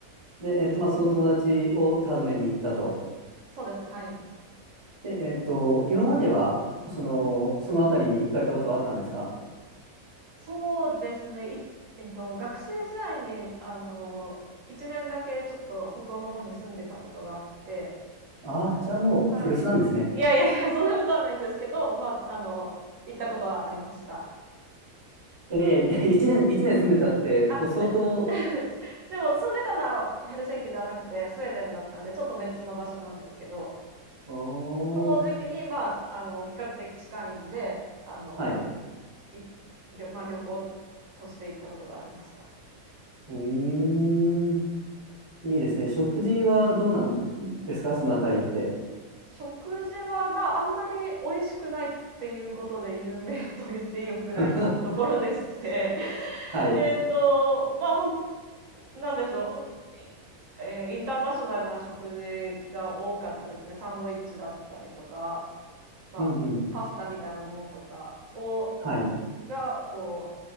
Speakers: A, on the right; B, on the right.
A: で、えーっと、まあ、その友達を訪ねに行ったと。
B: そうですね、はい。
A: で、えーっと、今までは、その、その辺りに行かれたことはあったんですか
B: そうですね、いえっと、学生時代に、あの、1年だけちょっと北欧の方に住んでたことがあって、
A: ああー、じゃあもう古巣なんですね。
B: はい。いやいやいや、そんなことはないんですけど、まあ、あの、行ったことはありました。
A: いやいや、<laughs> 一年、一年住んでたって、
B: あ、
A: もう相当、
B: で <laughs> でも住んでたのはヘルシンキじゃなくてスウェーデンだったんでちょっと別の場所なんですけど
A: おー、
B: その時期にまああの比較的近いんであの
A: はい。
B: い旅、まあ、旅行として行ったことがありました
A: うーん。いいですね。食事はどうなんですかそのあたりって。
B: 食事はまああんまり美味しくないっていうことで有名と言っていいぐらいのところでして
A: <laughs> はい。
B: <laughs> えっとまあほんなんでしょうえーインターナショナルな食事が多かったですねサンドイッチだったりとかまあ、
A: うんうん。
B: パスタみたいなものとかを
A: はい。
B: がこ